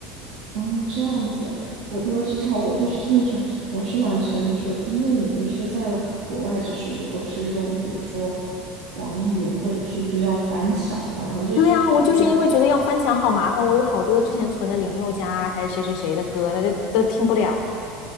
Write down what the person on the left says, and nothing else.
对呀，我就是因为觉得要翻墙好麻烦，我有好多之前存的林宥嘉啊还是谁谁谁的歌，大家都听不了